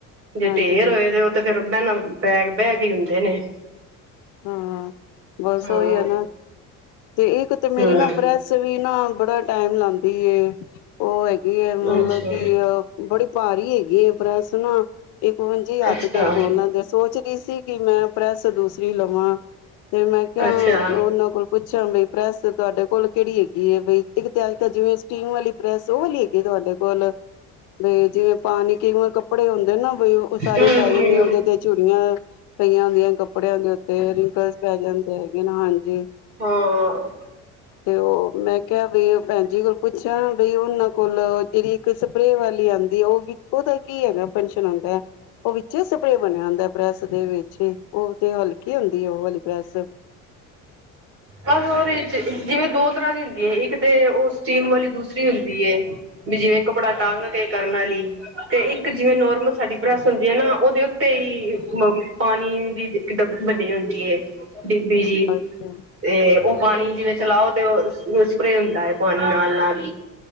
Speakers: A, on the right; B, on the left.
A: ਜੇ
B: ਹਾਂਜੀ
A: ਢੇਰ ਹੋਏ ਤੇ ਉਹ ਤੇ ਫ਼ਿਰ ਭੈ ਬੈਗ ਬਹਿਗ ਹੀ ਹੁੰਦੇ ਨੇ
B: ਹਾਂ ਬਸ
A: ਹਾਂ।
B: ਉਓਹੀ ਆ ਨਾ ਤੇ ਇੱਕਤੇ ਮੇਰੀ
A: ਹੂੰ
B: ਨਾ ਪ੍ਰੈਸ ਸ ਵੀਨਾ ਬੜਾ ਟਾਈਮ ਲਾਦੀ ਉਹ ਹੈਗੀ ਹੈ ਮਤਲਬ
A: ਅੱਛਾ
B: ਕਿ ਬੜੀ ਭਾਰੀ ਹੈਗੀ ਹੈ ਪ੍ਰੈਸ ਨਾ ਇਹਵੰਜੀ ਹੱਥ
A: ਅੱਛਾ
B: ਦਰਦ ਹੋਣ ਲੱਗ ਗਿਆ ਸੋਚ ਰਹੀ ਸੀ ਕਿ ਮੈਂ ਪ੍ਰੈੱਸ ਦੂਸਰੀ ਲਵਾਂ ਤੇ ਮੈਂ ਕਿਹਾ
A: ਅੱਛਾ
B: ਉਹਨਾਂ ਕੋਲ ਪੁੱਛਾਂ ਬਈ ਪ੍ਰੈਸ ਤੁਹਾਡੇ ਕੋਲ ਕਿਹੜੀ ਹੈਗੀ ਹੈ ਬਈ ਇੱਕ ਤੇ ਅੱਜ ਕਲ ਜਿਵੇਂ ਸਟੀਮ ਵਾਲੀ ਪ੍ਰੈਸ ਓਹ ਵਾਲੀ ਹੈਗੀ ਤੁਹਾਡੇ ਕੋਲ ਬਈ ਜਿਵੇਂ ਪਾਣੀ ਕਈ ਵਾਰ ਕੱਪੜੇ ਹੁੰਦੇ ਨਾ ਬ ਉਹ ਸਾਰੇ
A: ਹੂੰ
B: ਪੈ
A: ਹੂੰ।
B: ਜਾਂਦੇ ਆ ਉਹਦੇ ਤੇ ਚੁੜੀਆਂ ਪਈਆਂ ਕੱਪੜਿਆਂ ਦੇ ਉੱਤੇ ਰਿੰਕਲਸ ਪੈ ਜਾਂਦੇ ਹੈਗੇ ਨੇ ਹਾਂਜੀ
A: ਹਾਂ।
B: ਤੇ ਓ, ਮੈਂ ਕਿਆ ਬਈ ਭੈਣ ਜੀ ਕੋਲ ਪੁੱਛਾਂ ਬਈ, ਉਹਨਾਂ ਕੋਲ ਜਿਹੜੀ ਇਕ ਸਪਰੇ ਵਾਲੀ ਆੰਦੀ ਉਹ ਵੀ, ਉਹਦਾ ਕੀ ਹੈਗਾ ਫਨਸ਼ਨ ਹੁੰਦੈ। ਉਹ ਵਿੱਚੇ ਸਪਰੇ ਬਨਿਆ ਹੁੰਦਾ ਪ੍ਰੈਸ ਦੇ ਵਿੱਚ, ਉਹ ਤੇ ਹਲਕੀ ਹੁੰਦੀ ਏ ਉਹ ਵਾਲੀ ਪ੍ਰੈਸ।
A: ਬਸ ਹੋਰ ਜਿਵੇਂ ਦੋ ਤਰ੍ਹਾਂ ਦੀ ਹੁੰਦੀ ਹੈ ਇੱਕ ਤੇ ਉਸ <unintelligible> ਸਟੀਮ ਵਾਲੀ ਦੂਸਰੀ ਹੁੰਦੀ ਏ, ਵੀ ਜਿਵੇਂ ਕੱਪੜਾ ਟੰਗ ਕੇ ਕਰਨ ਆਲੀ। ਤੇ ਇੱਕ ਜਿਵੇਂ ਨੋਰਮਲ ਸਾਡੀ ਪੈ੍ਸ ਹੁੰਦੀ ਐ ਨਾ, ਉਹਦੇ ਉੱਤੇ ਹੀ ਪਾਣੀ ਦੀ ਬਨੀ ਹੁੰਦੀ ਏ, ਬੀਬੀ ਜੀ।
B: ਅੱਛਾ
A: ਤੇ ਉਹ ਪਾਣੀ ਜਿਵੇਂ ਚਲਾਓ ਤੇ ਉਹ, ਸਪਰੇ ਹੁੰਦਾ ਐ ਪਾਣੀ ਨਾਲ-ਨਾਲ।